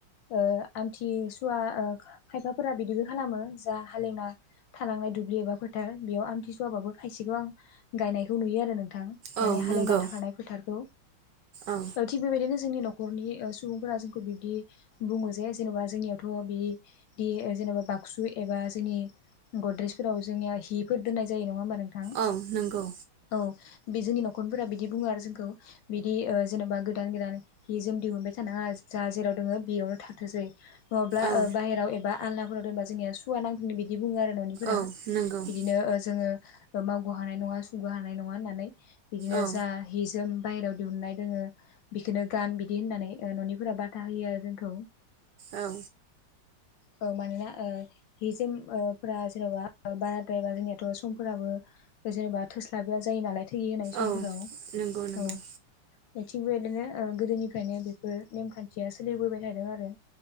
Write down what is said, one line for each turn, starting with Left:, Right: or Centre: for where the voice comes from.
Left: ओ आमथि सुवा ओ खायफाफोरा बिदिबो खालामो जा हालेवना थालांनाय दुब्लि एबा फोथार बेयाव आमथिसुवाबाबो खायसेखौ आं गायनायखौ नुयो आरो नोंथां माने
Right: औ
Left: हालेवना
Right: नंगौ
Left: थाखानाय फोथारखौ।
Right: औ
Left: थिग बेबायनो जोंनि नखरनि सुबुंफोरा जोंखौ बिब्दि बुङो जे जेन'बा जोंनियावथ' बिदि जेनेबा बाक्सु एबा जोंनि गद्रेजफोराव जोंनिया हि फोर दोननाय जायो नङा होनबा नोंथां?
Right: औ नंगौ
Left: औ बे जोंनि न'खरफोरा बिदि बुङो आरो जोंखौ बिदि ओ जेन'बा गोदान गोदान हि जोम दिहुनबाय थानाङा जा जेराव दोङो बेयावनो थाथोंसै नङाब्ला
Right: औ
Left: बायहेराव एबा आलनाफोराव दोनबा जोंनिया सुवा नाङो बिदि बुङो आरो न'निफोरा।
Right: औ नंगौ
Left: बिदिनो जोङो ओ मावग' हानाय नङा सुग' हानाय नङा होननानै बिदिनो
Right: औ
Left: जा हि जोम बायहेरायाव दिहुननाय दङो बिखौनो गान बिदि होननानै न'निफोरा बादा होयो आरो जोंखौ।
Right: औ।
Left: औ मानोना ओ हि जोम ओ फोरा जेन'बा बाराद्रायबा जोंनियाथ' समफोराबो जेनेबा थोस्लाबिया जायो नालाय <unintelligible> होनाय समफोराव
Right: औ नंगौ नंगौ
Left: औ थिग बेबायदिनो गोदोनिफ्रायनो बे फोर नेम खान्थिया सोलिबोबाय थादों आरो।